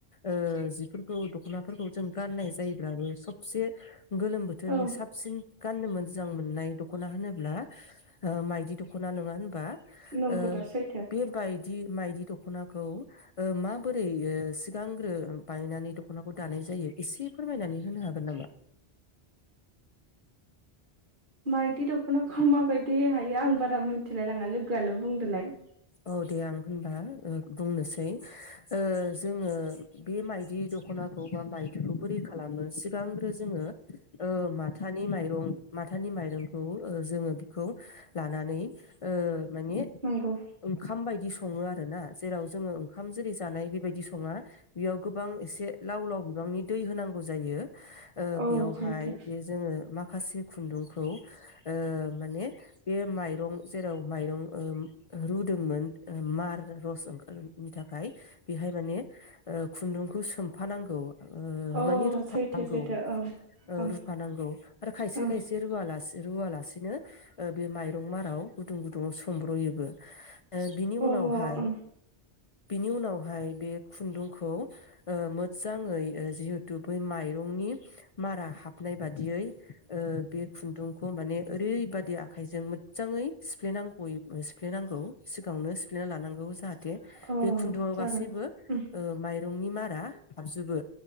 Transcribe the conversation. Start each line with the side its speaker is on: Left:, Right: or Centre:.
Left: ओ जिफोरखौ दखनाफोरखौ जों गाननाय जायोब्लाबो सबसे गोलोम बोथोरनि
Right: औ
Left: साबसिन गाननो मोजां मोननाय दख खना होनोब्ला ओ माइदि दखना नङा होनबा।
Right: नंगौ
Left: ओ
Right: दा सैथो
Left: बे बाय दि माइदि दखनाखौ। ओ माबोरैयो सिगांग्रो बायनानै दखनाखौ दानाय जायो एसे फोरमायनानै होनो हागोन नामा?
Right: माइदि दख'ना खौ माबायदि हायो आं बारा मोन थिलायलाङा लोगोआनो बुंदोलाय।
Left: औ दे आं होनबा ओ बुंनोसै ओ जोङो बे माइदि द दख'नाखौ बा माइदुखौ बोरै खालामो सिगांग्रो जोङो ओ माथानि माइरं माथानि माइरंखौ ओ जोङो। खौ। लानानै ओ माने।
Right: नंगौ
Left: ओंखाम बायदि सङो आरो ना जेराव जोङो खाम जेरै जानाय बेबायदि सङा बेयाव गोबां एसे लाव लाव बिबांनि दै होनांगौ जायो ओ
Right: औ
Left: बेयावहाय
Right: सैथो
Left: बे जोङो माखासे खुन्दुंखौ ओ माने बे माइरं जेराव माइरं ओम ओहोरु दुंमोन ओ मार रस ओंखारो मिथा खाय बेहाय माने ओ खुन्दुंखौ सोमफानां औवा ओ
Right: अ
Left: मानि रुफानांगौ
Right: सैथो सैथो
Left: ओ
Right: ओं
Left: रुफानांगौ आरो खायसे
Right: औ
Left: खायसे रुवालासे रुवालासिनो ओ बे माइरं माराव गुदुं गुदुङाव समब्रयोबो। ओ बिनि
Right: औ
Left: उनावहाय
Right: अ
Left: बिनि उनावहाय बे खुन्दुंखौ। ओ मोसा जाङै ओ जिहेतु बै माइरंनि मारा हाबनाय बादियै ओ बे खुन्दुं बेखौ माने ओरैबादि आखाइजोंमोन मोजाङै सिफ्लेनांगौयै सिफ्लेनांगौ सिगाङावनो सिफ्लेना लानांगौ जाहा
Right: ओं
Left: बे खुन्दुंआव
Right: अ जागोन
Left: गासैबो
Right: उम
Left: ओ माइ रंनि निमारा हाबजोबो